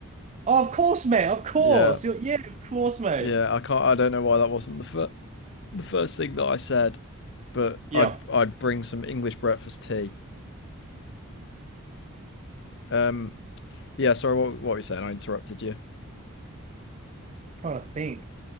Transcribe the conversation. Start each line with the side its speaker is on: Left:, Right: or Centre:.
Right: Oh, of course, mate. Of course.
Left: Yeah,
Right: You're, yeah, of course, mate.
Left: yeah. I can't. I don't know why that wasn't the fir- the first thing that I said, but
Right: Yep.
Left: I'd I'd bring some English breakfast tea. Um, yeah. Sorry, what what were you saying? I interrupted you.
Right: Trying to think.